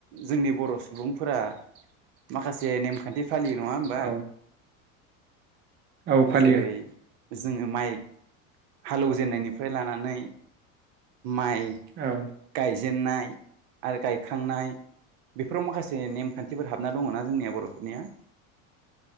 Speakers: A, on the right; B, on the right.
A: जोंनि बर' सुबुंफोरा माखासे नेमखान्थि फालियो नङा होमबा
B: औ औ फालियो
A: जेरै जोङो माइ हालौजेननायनिफ्राय लानानै माइ
B: औ
A: गायजेन्नाय आरो गायखांनाय बेफोराव माखासे नेमखान्थिफोर हाबना दङना जोंनिया बर'फोरनिया